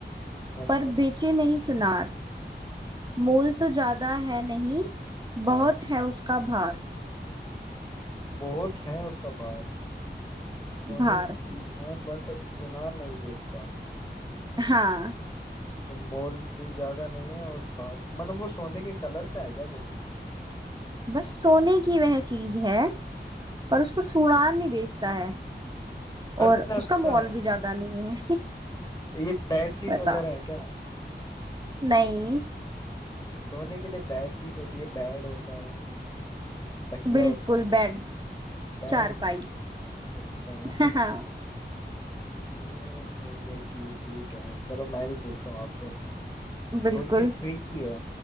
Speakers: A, on the left; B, on the right.
A: अच्छा
B: पर बेचे नहीं सुनार मोल तो ज्यादा है नहीं बहुत
A: हाँ
B: है उसका भार
A: बहुत है उसका बाहर सोने
B: भार
A: की चीज है बट सुनार नहीं बेचता
B: हाँ
A: और मोल भी ज्यादा नहीं है और बाहर मतलब वो सोने के कलर का है क्या कुछ
B: बस सोने की वह चीज है पर उसको सुनार नहीं बेचता है
A: अच्छा
B: और उसका
A: अच्छा
B: मोल भी ज्यादा नहीं है
A: ये बेड शीट
B: <laughs> बताओ
A: वगैरह है क्या
B: नहीं
A: सोने के लिए बेड शीट होती है बेड होता है तकिया
B: बिल्कुल
A: होता है
B: बेड
A: बेड
B: चारपाई
A: अच्छा
B: हाँ
A: <laughs>
B: हाँ,
A: ये सोने की ठीक है चलो मैं भी पूछता हूँ आपसे
B: बिल्कुल
A: थोड़ी ये ट्रिकी है